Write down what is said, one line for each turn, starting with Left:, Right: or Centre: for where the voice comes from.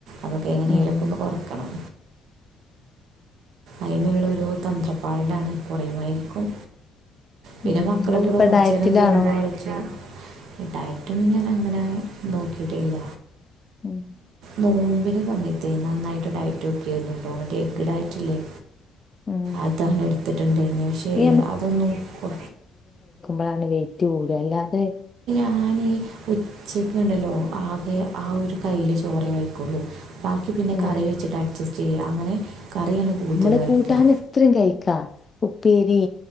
Right: അതൊക്കെ എങ്ങനേലൊക്കൊന്ന്
Left: ആഹ്
Right: കൊറക്കണം. അയ്നുള്ളൊരു തന്ത്രപാടിലാണ് കുറയുമായിരിക്കും. പിന്നെ
Left: ഉം
Right: മക്കള
Left: എന്നിട്ടിപ്പ
Right: കൂടെ കൊറചേരം
Left: ഡയറ്റിലാണോ?
Right: സൂമ്പ കളിച്ചു മുട്ടായി ട്ടും ഞാൻ അങ്ങനെ നോക്കിട്ടില്ല.
Left: ഉം.
Right: നോമ്പിന് സമയത്തെ നന്നായിട്ട് ഡയറ്റ് ഓക്കിയിരുന്നു ട്ടോ ഇന്നട്ടെ ഡയറ്റ്ല്ലെ
Left: ഉം
Right: അതാണ് എടുത്തിട്ടുണ്ട് ഇന്നു. പക്ഷേ
Left: ഈ
Right: അതൊന്നും ഇപ്പൊ.
Left: താണ് വൈറ്റ് കൂട അല്ലാതെ.
Right: ഞാനീ ഉച്ചക്ക് ഇണ്ടല്ലോ ആകെ ആ ഒരു കയ്ല് ചോറേ കഴിക്കൊള്ളു. ബാക്കി പിന്നെ
Left: ഏഹ്
Right: കറി വെച്ചിട്ട് അഡ്ജസ്റ്റ് ചെയ്യ അങ്ങനെ. കറിയാണ് കൂടുതൽ
Left: അമ്മള്
Right: കഴിക്കുക
Left: കൂട്ടാൻ എത്രിം കഴിക്കാ ഉപ്പേ രി